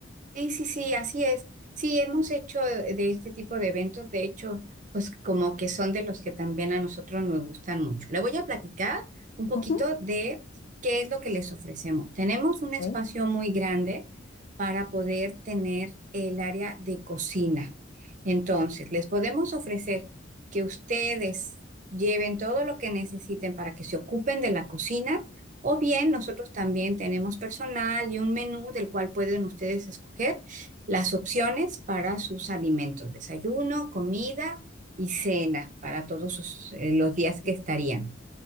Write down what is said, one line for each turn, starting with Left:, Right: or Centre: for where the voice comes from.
Right: Sí, sí, sí, así es. Sí, hemos hecho eh, de este tipo de eventos, de hecho, pues como que son de los que también a nosotros nos gustan mucho. Le voy a platicar un poquito
Left: Ujú.
Right: de qué es lo que les ofrecemos. Tenemos
Left: Ok.
Right: un espacio muy grande para poder tener el área de cocina. Entonces, les podemos ofrecer que ustedes lleven todo lo que necesiten para que se ocupen de la cocina o bien nosotros también tenemos personal y un menú del cual pueden ustedes escoger las opciones para sus alimentos, desayuno, comida y cena para todos sus, eh, los días que
Left: Sí.
Right: estarían.